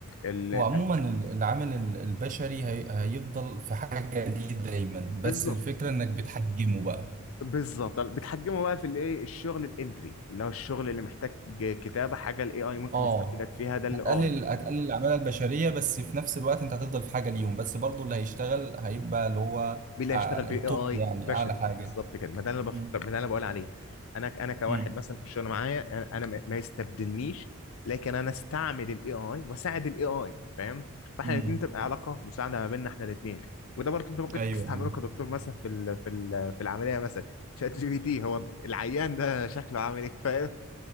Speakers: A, on the left; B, on the right.
A: ال-
B: هو عموما ال- العامل ال- البشري هي... هيفضل في حاجة ليه دايما بس
A: بالظبط
B: الفكرة انك بتحجمه بقى
A: بالظبط بتحجمه بقى في الايه الشغل الانتري اللي هو الشغل اللي محتاج كتابه حاجه الاي اي ممكن
B: اه
A: يستبدلك فيها ده اللي
B: هتقلل
A: اه
B: هتقلل العمالة البشرية بس في نفس الوقت انت هتفضل في حاجة ليهم بس برضو اللي هيشتغل هيبقى اللي هو
A: مين اللي
B: أع-
A: هيشتغل باي
B: التوب
A: اي
B: يعني
A: بشري
B: اعلى حاجة
A: بالظبط كده ما ده اللي انا
B: مم.
A: بفكر ما ده اللي انا بقول عليه انا انا كواحد
B: مم.
A: مثلا في الشغل معايا انا أنا ما ما يستبدلنيش لكن انا استعمل الاي اي واساعد الاي اي فاهم فاحنا
B: مم.
A: الاثنين تبقى علاقه مساعده ما بيننا احنا الاثنين وده برضه انت ممكن
B: ايوه
A: تستعمله
B: ايوه
A: كدكتور مثلا في ال في ال في العمليه مثلا شات جي بي تي هو العيان ده شكله عامل ايه فاهم